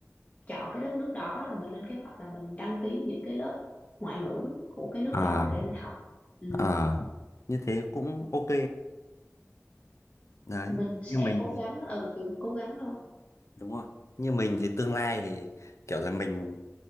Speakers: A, on the left (about 25°); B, on the left (about 65°).
A: chọn cái đất nước đó rồi mình lên kế hoạch là mình đăng ký những cái lớp ngoại ngữ của cái nước
B: Ờ,
A: đó để mình học ừ.
B: ờ, như thế cũng ok đấy.
A: mình sẽ
B: Như mình
A: cố gắng ừ kiểu cố gắng thôi
B: đúng rồi. Như mình thì tương lai thì kiểu là mình